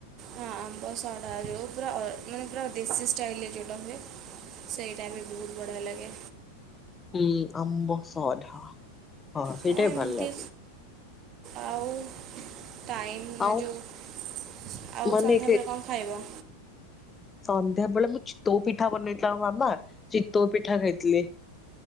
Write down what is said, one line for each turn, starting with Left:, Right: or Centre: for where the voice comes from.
Right: ହଁ ଆମ୍ବ ଶଢ଼ା ଯେଉଁ ପୁରା ମାନେ ପୁରା ଦେଶୀ ଷ୍ଟାଇଲରେ ଯଉଟା ହୁଏ! ସେଇଟା ବି ବହୁତ ବଢ଼ିଆ ଲାଗେ।
Left: ହୁଁ ଆମ୍ବସଢା। ହଁ ସେଇଟା
Right: ତ ଏମିତି
Left: ବି ଭଲ ଲାଗେ।
Right: ଆଉ ଟାଇମ୍
Left: ଆଉ
Right: ଏ ଯଉ ଆଉ
Left: ମାନେ
Right: ସନ୍ଧ୍ୟାବେଳେ କଣ ଖାଇବ?
Left: ସନ୍ଧ୍ୟାବେଳେ ମୁଁ ଚିତୋଉ ପିଠା ବନେଇଥିଲା ମୋ ମାମା ଚିତୋଉ ପିଠା ଖାଇଥିଲି।